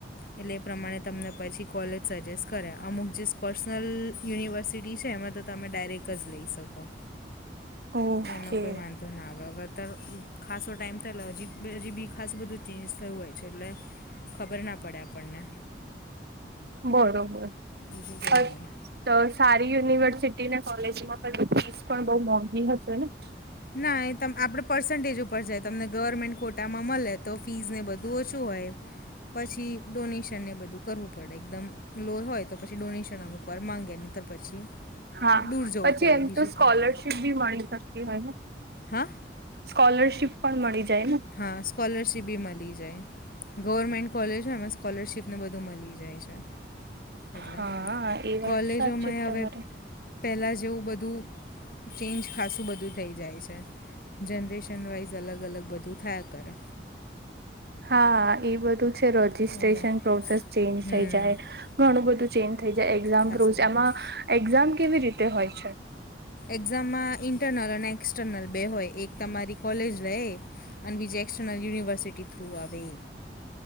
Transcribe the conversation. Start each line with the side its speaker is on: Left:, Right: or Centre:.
Left: એટલે એ પ્રમાણે તમને પછી કોલેજ સજેસ્ટ કરે અમુક જે પર્સનલ યુનિવર્સિટી છે એમાં તો તમે ડાયરેક જ લઈ શકો.
Right: ઓકે
Left: એમાં કોઈ વાંધો ના આવે <unintelligible> ખાસો ટાઈમ થેલો હજી હજી ભી ખાસું બધું ચેન્જ થયું હોય છે એટલે ખબરના પડે આપણને.
Right: બરોબર <inaudible>
Left: બીજું કંઈ નહીં
Right: તો સારી યુનિવર્સિટીને કોલેજમાં પછી ફીસ પણ બહુ મોંઘી હશેને.
Left: ના એતો આપડે પર્સન્ટેજ ઉપર જાય તમને ગવર્મેન્ટ કોટામાં મલે તો ફીઝને બધું ઓછું હોય પછી ડોનેશનને બધું કરવું પડે એકદમ લો હોયતો પછી ડોનેશન અમુક ઉપર માગે ની તર પછી
Right: હા
Left: દૂર જવું
Right: પછી
Left: પડે
Right: એમતો
Left: બીજું
Right: સ્કોલરશીપ
Left: કંઈ નહીં
Right: ભી મળી શકતી હોય ને.
Left: હા.
Right: સ્કોલરશીપ પણ મળી જાયને.
Left: હા સ્કોલરશિપ ભી મળી જાય ગવર્મેન્ટ કોલેજ હોય એમાં સ્કોલરશિપ ને બધું મળી જાય છે એટલે
Right: હા એ વાત
Left: કોલેજોમાં
Right: સાચી
Left: એ
Right: તમારે
Left: હવે પહેલાં જેવું બધું ચેન્જ ખાસું બધું થઈ જાય છે જનરેશન વાઈઝ અલગ અલગ બધું થાયા કરે.
Right: હા એ બધું છે રજીસ્ટ્રેશન
Left: એટલે
Right: પ્રોસેસ ચેન્જ
Left: હમ
Right: થઈ જાય ઘણું બધું ચેન્જ થઇ જાય એક્ઝામ
Left: ખાસું
Right: પ્રો
Left: બધું
Right: એમાં એક્ઝામ કેવી રીતે હોય છે.
Left: એક્ઝામમાં ઇન્ટરનલ અને એક્સટર્નલ બે હોય એક તમારી કોલેજ લે એ અને બીજી એક્સટર્નલ યુનિવર્સિટી થ્રુ આવે એ.